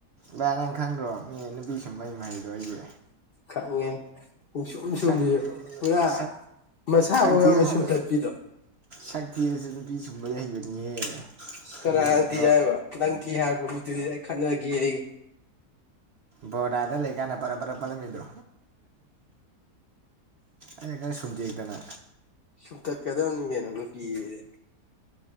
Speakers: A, on the right; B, on the left.
A: ꯚꯥꯏ ꯅꯪ ꯈꯪꯗ꯭ꯔꯣ ꯃꯤ ꯅꯨꯄꯤ ꯁꯨꯝꯕꯩ ꯃꯍꯩꯗꯣ ꯑꯩꯒꯤ
B: ꯈꯪꯉꯦ ꯁꯨꯝ ꯁꯨꯝꯕꯤ
A: <unintelligible>
B: ꯄꯨꯔꯥ ꯃꯁꯥꯐꯥꯎ
A: ꯁꯛ ꯊꯤꯔꯁꯨ
B: ꯌꯥꯎꯅ ꯁꯨꯝꯇꯠꯄꯤꯗꯣ
A: ꯁꯛꯊꯤꯔꯁꯨ ꯅꯨꯄꯤ ꯁꯨꯝꯕ ꯍꯩꯕꯅꯤꯍꯦ
B: ꯀꯅꯥꯥꯅ
A: ꯃꯤ
B: ꯊꯤ
A: ꯕ
B: ꯍꯥꯏꯕ ꯅꯪ ꯊꯤ ꯍꯥꯏꯔꯛꯄ ꯃꯤꯗꯨꯗꯤ ꯑꯩ ꯈꯠꯅꯒꯦ ꯑꯩꯒ
A: ꯕꯣꯔꯗꯥꯗ ꯂꯩꯀꯥꯟꯗ ꯄꯔꯞ ꯄꯔꯞ ꯄꯜꯂꯝꯃꯤꯗꯣ ꯑꯩ ꯈꯔ ꯁꯨꯝ ꯇꯦꯛꯇꯅ
B: ꯁꯨꯝ ꯇꯠꯀꯗꯕꯅꯤ ꯀꯩꯅꯣ ꯅꯨꯄꯤꯖꯤꯗꯤ